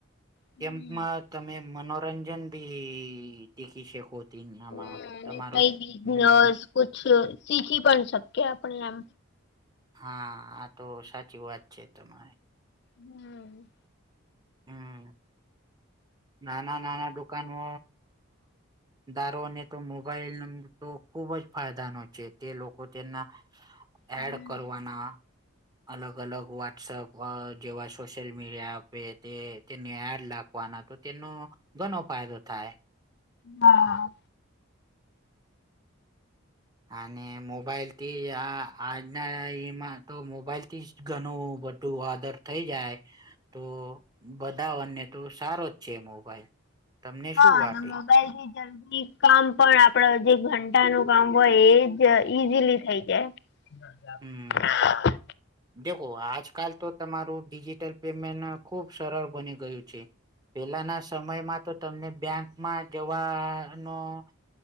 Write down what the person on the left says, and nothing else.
હમ
હા અને
કઈ બિઝનેસ
કુછ શીખી પણ શકયા આપણ એમ
હમ
હમ
હા
હા
<unintelligible> <unintelligible> જલ્દી કામ પણ આપડા જે ઘંટાનું કામ હોય એ જ ઈઝીલી થઈ જાય. <inaudible>